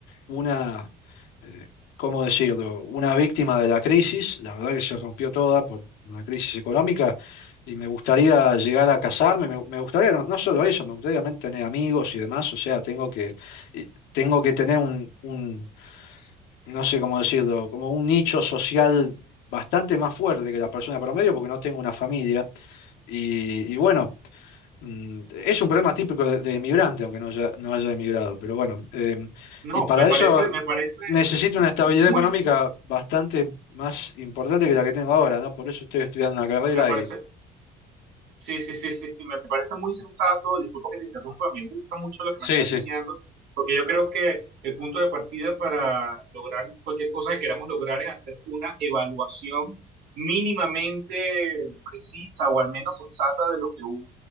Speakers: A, on the left; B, on the right.
A: una, eh, ¿cómo decirlo? Una víctima de la crisis. La verdad que se rompió toda por la crisis económica y me gustaría llegar a casarme. Me, me gustaría, no, no solo eso, me gustaría también tener amigos y demás. O sea, tengo que, y tengo que tener un, un, no sé cómo decirlo, como un nicho social. bastante más fuerte que la persona promedio porque no tengo una familia y y bueno. Mm, Es un problema típico de, de emigrante, aunque no haya, no haya emigrado, pero bueno, em,
B: No,
A: y para
B: me parece,
A: eso
B: me parece
A: necesito una estabilidad
B: muy,
A: económica bastante más importante que la que tengo ahora, ¿no? Por eso estoy estudiando una carrera
B: me parece
A: y...
B: Sí, sí, sí, sí, sí, me parece muy sensato, disculpa que te interrumpa, me gusta mucho lo que
A: Sí,
B: me estás
A: sí,
B: diciendo, porque yo creo que el punto de partida para lograr cualquier cosa que queramos lograr es hacer una evaluación mínimamente precisa o al menos sensata de lo que uno